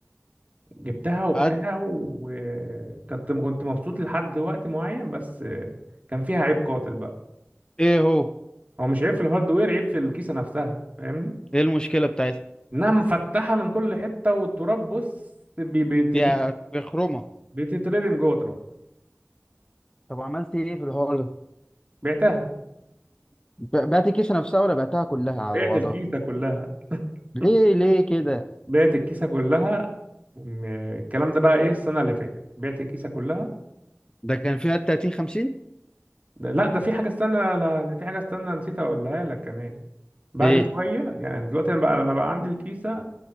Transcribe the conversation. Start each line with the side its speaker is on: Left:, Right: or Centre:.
Right: جبتها وبتاع
Left: قعدت
Right: وكنت كنت مبسوط لحد وقت معين بس كان فيها عيب قاتل بقى
Left: ايه هو
Right: هو مش عيب في الهاردوير عيب في الكيسة نفسها فاهمني
Left: ايه المشكلة بتاعتها
Right: انها مفتحة من كل حتة والتراب بص بي- بيتت-
Left: دي بخرومة
Right: بتتردم جوه تراب
Left: طب عملت ايه في الحوار ده
Right: بعتها
Left: ب- بعت الكيسة نفسها ولا بعتها كلها على
Right: بعت
Left: بعضها
Right: الكيسة كلها
Left: ليه
Right: <laughs>
Left: ليه كده
Right: بعت الكيسة كلها م- الكلام ده بقى ايه السنة اللي فاتت بعت الكيسة كلها
Left: ده كان فيها 30 50
Right: ده لا ده في حاجة استنى لا في حاجة استنى نسيت اقولها لك كمان بعد
Left: ايه
Right: شوية يعني دلوقتي انا بقى انا بقى عندي الكيسة